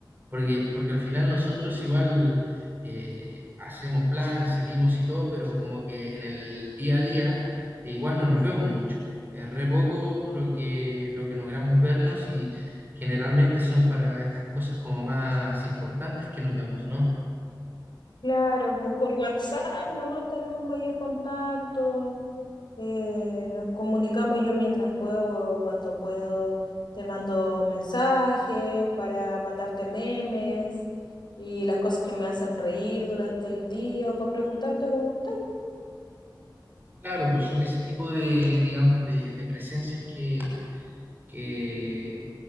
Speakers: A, on the right; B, on the left.
A: porque, porque al final nosotros igual eh, hacemos planes, salimos y todo, pero como que en el día a día eh, igual no nos vemos mucho. Es re poco lo que, lo que logramos vernos Generalmente son para estas cosas como más importantes que nos vemos, ¿no?
B: Claro, po- por WhatsApp nomás tenemos mayor contacto, eh, nos comunicamos yo mientras puedo, cuando puedo, te mando mensajes para mandarte memes y las cosas que me hacen reír durante el día o para preguntarte cómo estás.
A: Claro, pues son ese tipo de, digamos, de, de presencias que, que,